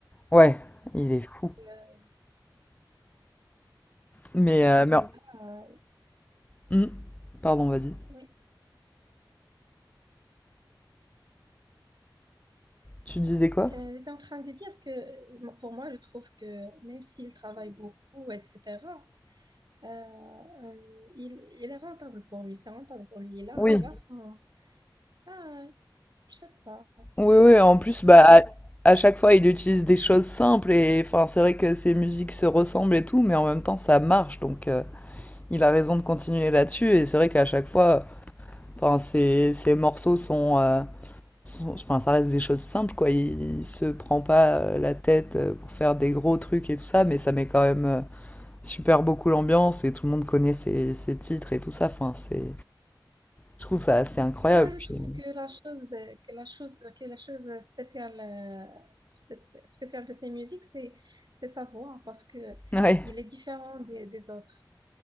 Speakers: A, on the left; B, on the right.
A: ouais. Il est fou.
B: euh,
A: Mais,
B: parce
A: euh,
B: qu'il
A: mais
B: a...
A: Hmm. Pardon, vas-y.
B: Oui,
A: Tu disais quoi?
B: Euh, j'étais en train de dire que moi, pour moi, je trouve que même s'il travaille beaucoup, etc., euh, euh, il, il est rentable pour lui, c'est rentable pour lui. Il a,
A: Oui,
B: il a son... Ah, je sais pas.
A: oui, oui. En plus,
B: C'est
A: bah,
B: fun.
A: à, à chaque fois, il utilise des choses simples et enfin, c'est vrai que ses musiques se ressemblent et tout, mais en même temps, ça marche. Donc, euh, il a raison de continuer là-dessus. Et c'est vrai qu'à chaque fois, enfin, ses, ses morceaux sont, euh, sont- enfin, ça reste des choses simples, quoi. Il, il se prend pas euh, la tête euh, pour faire des gros trucs et tout ça, mais ça met quand même euh, super beaucoup l'ambiance et tout le monde connaît ses, ses titres et tout ça. Enfin, c'est Je trouve ça assez incroyable,
B: Moi, je
A: puis
B: trouve que la chose, euh, que la chose, que la chose spéciale, euh, spé- spéciale de ces musiques, c'est, c'est sa voix, parce que
A: ouais,
B: il est différent des, des autres.